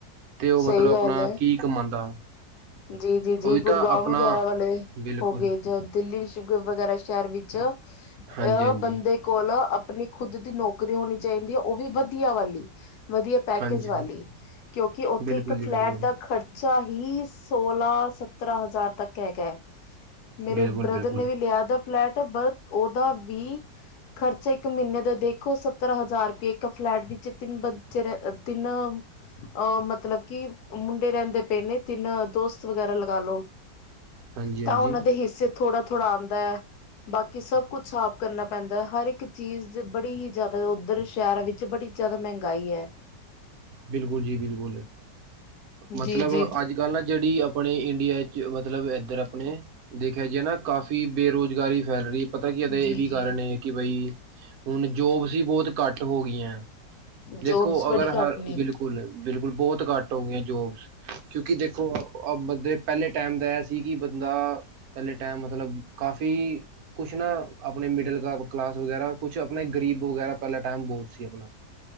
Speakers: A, on the right; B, on the left.
A: ਤੇ ਉਹ
B: ਸਹੀ
A: ਮਤਲਬ
B: ਗੱਲ
A: ਆਪਣਾ
B: ਹੈ
A: ਕੀ, ਕਮਾਉਂਦਾ
B: ਜੀ ਜੀ ਜੀ,
A: ਉਹੀ
B: ਗੁੜਗਾਉਂ
A: ਤਾਂ ਆਪਣਾ
B: ਵਗੈਰਾ ਵਾਲੇ
A: ਬਿਲਕੁਲ
B: ਹੋ ਗਏ, ਜਾ ਦਿੱਲੀ ਸ਼ੁਗਰ ਵਗੈਰਾ ਸ਼ਹਿਰ ਵਿੱਚ ਚ ਅਹ,
A: ਹਾਂਜੀ ਹਾਂਜੀ
B: ਬੰਦੇ ਕੋਲ ਆਪਣੀ ਖੁੱਦ ਦੀ ਨੌਕਰੀ ਹੋਣੀ ਚਾਹੀਦੀ ਹੈ। ਉਹ ਵੀ ਵਧੀਆ ਵਾਲੀ ਵਧੀਆ ਪੈਕੇਜ
A: ਹਾਂਜੀ
B: ਵਾਲੀ,
A: ਹਾਂਜੀ,
B: ਕਿਉਂਕਿ ਉੱਥੇ
A: ਬਿਲਕੁਲ
B: ਇੱਕ
A: ਜੀ
B: ਫਲੈਟ
A: ਬਿਲਕੁਲ
B: ਦਾ ਖਰਚਾ, ਹੀ ਸੋਲਾਂ, ਸਤਰਾਂ ਹਜ਼ਾਰ, ਤੱਕ ਹੈਗਾ ਮੇਰੇ
A: ਬਿਲਕੁਲ
B: ਬ੍ਰਦਰ
A: ਬਿਲਕੁਲ
B: ਨੇ ਵੀ ਲਿਆ, ਦਾ ਫਲੈਟ ਬ ਦਾ ਉਹਦਾ ਵੀ ਖਰਚਾ ਇੱਕ ਮਹੀਨੇ ਦਾ ਦੇਖੋ ਸ ਸੱਤਰ ਹਜ਼ਾਰ ਰੁਪਏ ਇੱਕ ਫਲੈਟ ਵਿੱਚ ਤਿੰਨ ਬੱਚੇ ਤਿੰਨ ਅਹ ਮਤਲਬ ਕਿ ਮੁੰਡੇ ਰਹਿੰਦੇ ਪਏ ਨੇ ਤਿੰਨ ਦੋਸਤ ਵਗੈਰਾ ਲਗਾ ਲਓ,
A: ਹਾਂਜੀ
B: ਤਾਂ
A: ਹਾਂਜੀ
B: ਉਹਨਾਂ ਦੇ ਹਿੱਸੇ। ਥੋੜ੍ਹਾ ਥੋੜਾ ਆਉਂਦਾ ਹੈ ਬਾਕੀ ਸਭ ਕੁੱਛ ਸਾਫ਼ ਕਰਨਾ ਪੈਂਦਾ ਹੈ ਹਰ ਇੱਕ ਚੀਜ਼ ਬੜੀ ਹੀ ਜ਼ਿਆਦਾ। ਉੱਧਰ ਸ਼ਹਿਰਾਂ ਵਿੱਚ ਬੜੀ ਜ਼ਿਆਦਾ ਮਹਿੰਗਾਈ ਹੈ।
A: ਬਿਲਕੁਲ ਜੀ ਬਿਲਕੁਲ,
B: ਜੀ-ਜੀ,
A: ਮਤਲਬ ਅੱਜ ਕੱਲ੍ਹ ਨਾ। ਜਿਹੜੀ ਆਪਣੇ ਇੰਡੀਆ ', ਮਤਲਬ ਇੱਧਰ ਆਪਣੇ। ਦੇਖਿਆ ਜੀ ਨਾ ਕਾਫ਼ੀ ਬੇਰੁਜ਼ਗਾਰੀ ਫੈਲ ਰਹੀ ਹੈ। ਪਤਾ ਕੀ ਇਹਦੇ
B: ਜੀ-ਜੀ
A: ਇਹ ਵੀ ਕਾਰਨ ਹੈ ਕਿ ਬਈ ਹੁਣ ਜੋਬਸ ਹੀ ਬਹੁਤ ਘੱਟ ਹੋ ਗਈਆਂ। ਦੇਖੋ
B: ਜੋਬਸ ਬੜੀ
A: ਅਗਰ ਹ
B: ਘੱਟ ਨੇ।
A: ਬਿਲਕੁਲ ਬਿਲਕੁਲ ਬਹੁਤ ਘੱਟ। ਹੋ ਗਈਆ ਜੋਬਸ, ਕਿਉਂਕਿ ਦੇਖੋ ਬੰਦੇ ਪਹਿਲੇ ਟਾਈਮ ਦਾ ਇਹ ਸੀ ਕਿ ਬੰਦਾ। ਪਹਿਲੇ ਟਾਈਮ ਮਤਲਬ ਕਾਫ਼ੀ। ਕੁਛ ਨਾ ਆਪਣੇ ਮਿਡਲ ਕਲਾਸ ਵਗੈਰਾ ਕੁਛ ਆਪਣੇ ਗਰੀਬ ਵਗੈਰਾ ਪਹਿਲਾ ਟਾਈਮ ਬਹੁਤ ਸੀ ਆਪਣਾ।